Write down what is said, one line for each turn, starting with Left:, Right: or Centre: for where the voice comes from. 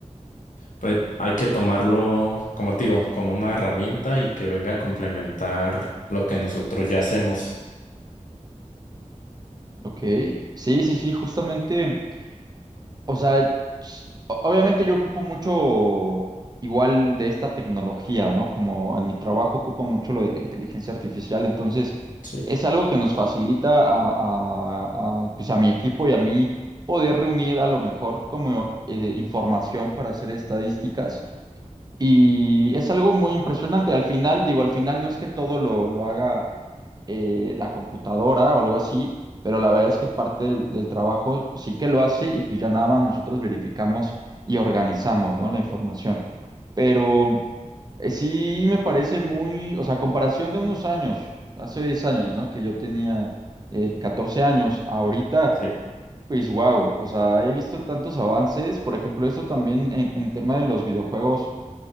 Left: pues hay que tomarlo, como te digo, como una herramienta y que venga a complementar lo que nosotros ya hacemos.
Right: Ok, sí, sí, sí, justamente. O sea, s- o- obviamente yo ocupo mucho igual de esta tecnología, ¿no? Como en mi trabajo ocupo mucho lo de la inteligencia artificial, entonces
Left: Sí,
Right: es algo que nos facilita a, a- a, pues a mi equipo y a mí poder reunir a lo mejor como eh, información para hacer estadísticas. Y es algo muy impresionante. Al final, digo, al final no es que todo lo, lo haga eh, la computadora o algo así, pero la verdad es que parte del, del trabajo sí que lo hace y pues ya nada más nosotros verificamos y organizamos, ¿no? La información. Pero eh, sí me parece muy, o sea, a comparación de unos años, hace 10 años, ¿no? Que yo tenía eh, 14 años, ahorita...
Left: sí,
Right: Pues wow, o sea, he visto tantos avances, por ejemplo, esto también en, en tema de los videojuegos,